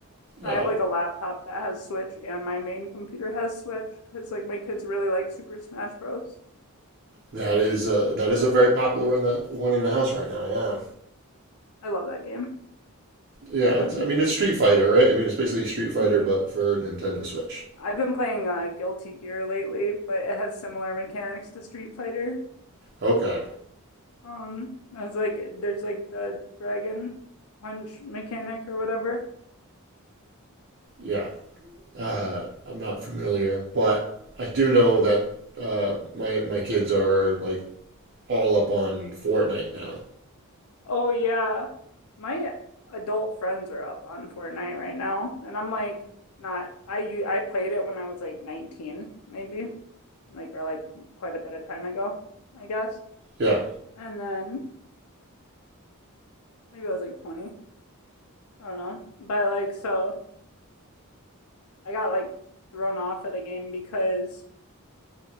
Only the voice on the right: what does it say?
Oh,
that is uh that is a very popular one in the one in the house right now. Yeah.
Yeah,
it's, I mean it's Street Fighter, right? I mean it's basically Street Fighter
but for Nintendo Switch.
Okay.
Yeah. Uh, I'm not familiar, but I do know that uh, my my kids are like all up on Fortnite now.
Yeah.